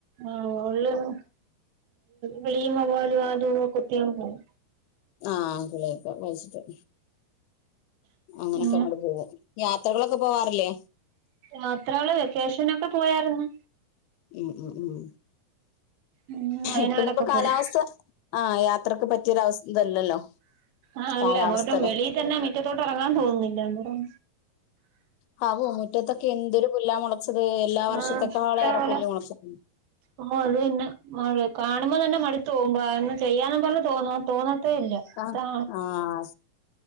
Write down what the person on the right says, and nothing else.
ആഹ് മോൾല് <unintelligible> കിളിയും വവ്വാലും അതും ഇതും ഒക്കെ കൊത്തി അങ്ങ് പോവും.
പിന്നെ
യാത്രകള് വെക്കേഷനൊക്കെ പോയാരുന്ന്.
ഉം വയനാടൊക്കെ
പോയി
ആഹ് അല്ല
എങ്ങോട്ടും വെളിയിത്തന്നെ മിറ്റത്തോട്ടിറങ്ങാൻ തോന്നില്ല അന്നേരം
ആഹ് ഇഷ്ടംപോലെ
ഓ അത് <unintelligible> കാണുമ്പോ തന്നെ മടുത്ത് പോകും ബ ഒന്നും ചെയ്യാനൊ <unintelligible> തോന്നൊ തോന്നാത്തേ ഇല്ല
താ